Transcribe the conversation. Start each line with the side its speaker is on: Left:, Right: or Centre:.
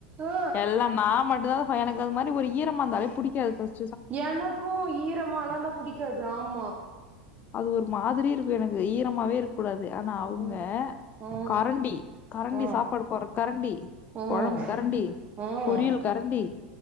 Right: ஆ
Left: எல்லா நா மட்டு தா எனக்கு அது மாரி ஒரு ஈரமா இருந்தாலே புடிக்காது ஃபஸ்
Right: எனக்கு ஈரமாலாந்தா புடிக்காது ஆமா
Left: அது ஒரு மாதிரி இருக்கு எனக்கு ஈரமாவே இருக்க கூடாது. ஆனா அவுங்க
Right: ம் ம்
Left: கரண்டி கரண்டி
Right: ம்
Left: சாப்பாடு போற கரண்டி
Right: ம்
Left: கொழம்பு கரண்டி
Right: ம்
Left: பொரியல் கரண்டி